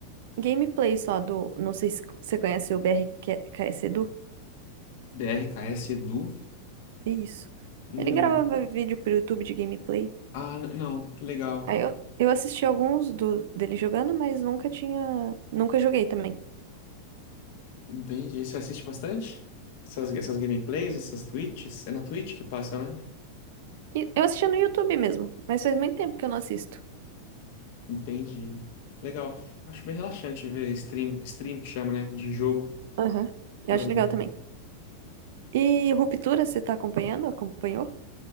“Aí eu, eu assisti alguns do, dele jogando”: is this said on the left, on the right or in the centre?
Right